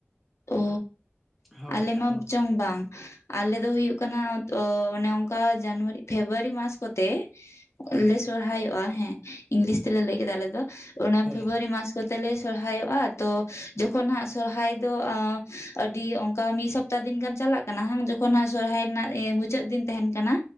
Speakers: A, on the left; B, in the centre.
A: ᱚ
B: ᱦᱳᱭ
A: ᱟᱞᱮ ᱢᱟ
B: ᱟᱫᱚ
A: ᱪᱚᱝ ᱵᱟᱝ ᱟᱞᱮ ᱫᱚ ᱦᱩᱭᱩᱜ ᱠᱟᱱᱟ ᱛᱚ ᱚᱱᱮ ᱚᱱᱠᱟ ᱡᱟᱱᱩᱣᱟᱨᱤ ᱯᱷᱮᱵᱽᱨᱩᱣᱟᱨᱤ ᱢᱟᱥ ᱠᱚᱛᱮ
B: ᱦᱳᱭ
A: ᱩᱱ ᱞᱮ ᱥᱚᱨᱦᱟᱭᱚᱜ-ᱟ ᱦᱮᱸ ᱤᱝᱞᱤᱥ ᱛᱮᱞᱮ ᱞᱟᱹᱭ ᱠᱮᱫᱟ ᱟᱞᱮᱫᱚ ᱚᱱᱟ
B: ᱦᱳᱭ
A: ᱯᱷᱮᱵᱽᱨᱩᱣᱟᱨᱤ ᱢᱟᱥ ᱠᱚᱛᱮᱞᱮ ᱥᱚᱨᱦᱟᱭᱚᱜ-ᱟ ᱛᱚ ᱡᱚᱠᱷᱚᱱ ᱦᱟᱸᱜ ᱥᱚᱨᱦᱟᱭ ᱫᱚ ᱟᱹᱰᱤ ᱚᱝ ᱠᱟ ᱢᱤᱫ ᱥᱚᱯᱛᱟᱦ ᱫᱤᱱ ᱜᱟᱱ ᱪᱟᱞᱟᱜ ᱠᱟᱱᱟ ᱦᱟᱝ ᱡᱚᱠᱷᱚᱱ ᱦᱟᱜ ᱥᱚᱨᱦᱟᱭ ᱨᱮᱱᱟᱜ ᱢᱩᱪᱟᱹᱫ ᱫᱤᱱ ᱛᱟᱦᱮᱱ ᱠᱟᱱᱟ